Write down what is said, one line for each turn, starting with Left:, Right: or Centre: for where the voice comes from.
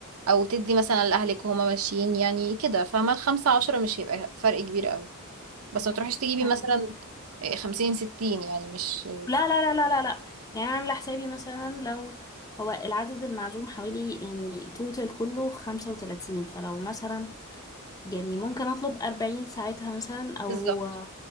Right: او تدي مثلا لاهلك وهما ماشيين يعني كده فاهمة الخمسة عشرة مش هيبقى فرق كبير قوي بس ما تروحيش تجيبي
Left: فاهمة.
Right: مثلا إيه، خمسين ستين يعني مش
Left: لا لا لا لا لا لا يعني انا عاملة حسابي مثلا لو هو العدد المعزوم حوالي يعني توتال كله خمسة وتلاتين فلو مثلا يعني ممكن اطلب اربعين ساعتها مثلا او
Right: بالظبط